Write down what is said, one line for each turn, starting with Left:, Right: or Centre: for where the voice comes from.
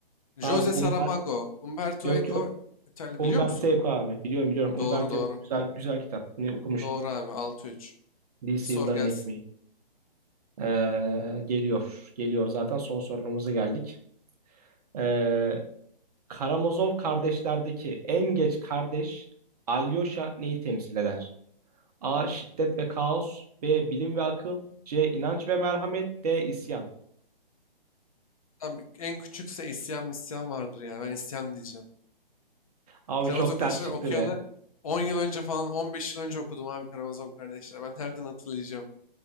Left: Jose
Right: abi Umber
Left: Saramago Umberto
Right: yok
Left: Eco
Right: yok
Left: İtalya
Right: Umberto
Left: biliyor musun?
Right: Eco abi biliyorum biliyorum Umberto
Left: Doğru doğru.
Right: Eco güzel güzel kitap. Bunu okumuştum.
Left: Doğru abi 6-3.
Right: Lise
Left: Sor
Right: yılların
Left: gelsin.
Right: ekmeği. Ee, geliyor. Geliyor zaten son sorumuza geldik. Ee, Karamazov kardeşlerdeki en geç kardeş Alyosha neyi temsil eder? A. Şiddet ve kaos. B. Bilim ve akıl. C. İnanç ve merhamet. D. İsyan.
Left: Lan bir- en küçükse isyan misyan vardır ya. Ben isyan diyeceğim.
Right: Abi
Left: Karamazov
Right: çok
Left: kardeşleri
Right: ters çıktı
Left: okuyalı
Right: be.
Left: 10 yıl önce falan 15 yıl önce okudum abi Karamazov kardeşleri. Ben nereden hatırlayacağım?